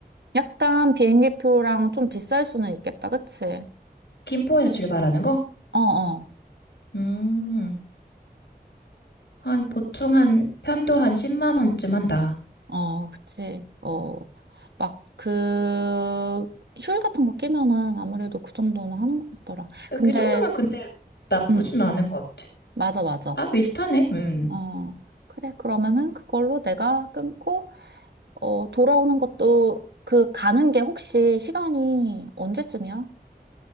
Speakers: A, on the right (about 80°); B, on the left (about 85°).
A: 약간 비행기 표랑 좀 비쌀 수는 있겠다, 그치?
B: 김포에서 출발하는 거?
A: 어, 어,
B: 음. 한, 보통 한, 편도 한 10만 원쯤 한다.
A: 어, 그치. 어, 막 그, 휴일 같은 거 끼면은 아무래도 그 정도는 하는 것 같더라. 근데,
B: 이 정도면 근데 나쁘진
A: 응.
B: 않은 것 같아.
A: 맞아, 맞아.
B: 아, 비슷하네. 음.
A: 어, 그래, 그러면은 그걸로 내가 끊고, 어, 돌아오는 것도 그 가는 게 혹시 시간이 언제쯤이야?